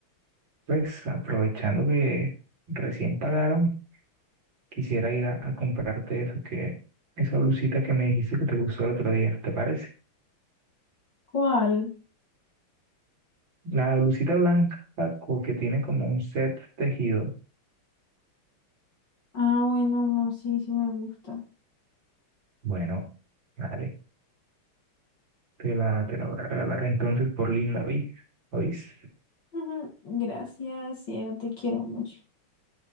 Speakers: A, on the right (about 60°); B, on the left (about 55°).
A: pues aprovechando que recién pagaron. Quisiera ir a, a comprarte eso que, esa blusita que me dijiste que te gustó el otro día, ¿te parece?
B: ¿Cuál?
A: La blusita blanca co- que tiene como un set tejido.
B: Ah, bueno, amor, sí, sí me gusta.
A: Bueno, vale, te la, te la voy a regalar entonces por vi ¿Oís?
B: Ujú, Gracias, cielo, te quiero mucho.